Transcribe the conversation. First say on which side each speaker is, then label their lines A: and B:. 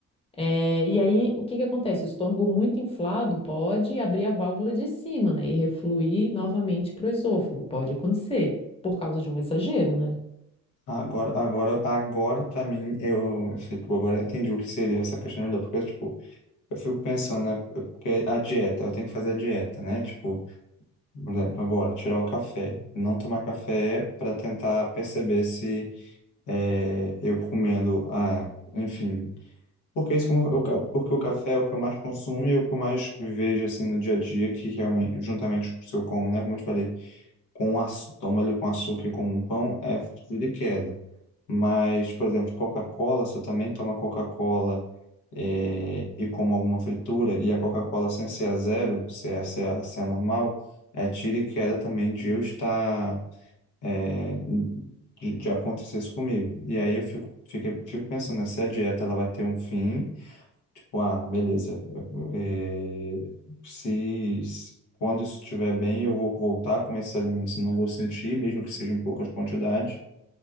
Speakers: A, on the left; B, on the left.
A: É, e aí o que que acontece? O estômago muito inflado pode abrir a válvula de cima, né, e refluir novamente para o esôfago, pode acontecer, por causa de um exagero, né?
B: Agora, agora, agora para mim, eu, tipo, agora eu entendi o que seria essa questão da porque, tipo, eu fico pensando, né? Porque a dieta, eu tenho que fazer a dieta, né? Tipo, Por exemplo, agora, tirar o café. Não tomar café para tentar perceber se é, eu comendo, ah, enfim. Porque isso como eu ca- porque o café é o que eu mais consumo e é o que eu mais vejo assim no dia a dia, que realmente, juntamente com o seu como, né? Como eu te falei, com aç- toma ele com açúcar e como um pão, é de queda. Mas, por exemplo, Coca-Cola, se eu também tomar Coca-Cola eh, e como alguma fritura, e a Coca-Cola sem ser a zero, se é, se é, se é normal, é tira e queda também de eu estar, eh, de, de acontecer isso comigo. E aí eu fico, fiquei, fico pensando, né, se a dieta ela vai ter um fim, tipo, ah, beleza, eh, se, se- quando isso estiver bem, eu vou voltar a comer esses alimentos, não vou sentir, mesmo que seja em poucas quantidades,